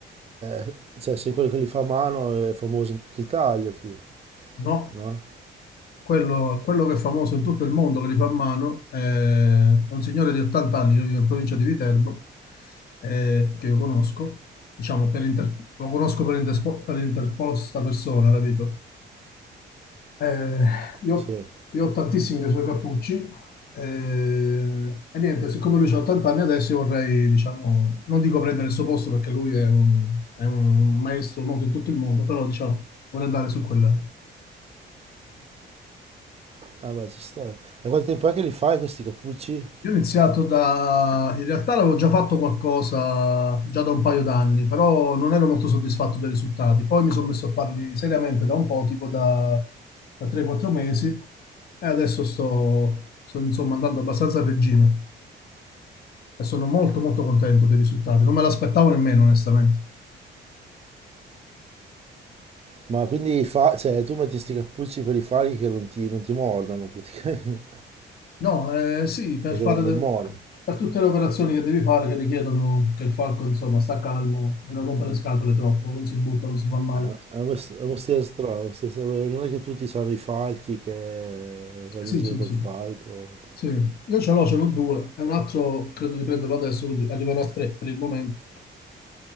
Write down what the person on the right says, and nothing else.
eh, cioè, sei quello che li fa a mano, è famoso in tutta Italia tu,
no?
Sì.
Ah beh, ci sta. E quanto tempo è che li fai questi cappucci?
Ma quindi i fa- cioè, tu metti sti cappucci per i falchi che non ti, non ti mordano praticamente,
<laughs>
perché
non, non
mordono.
È è un mest- è un mestiere strano, è un mestiere strano. Non è che tutti sanno i falchi che vanno
in giro
col
falco.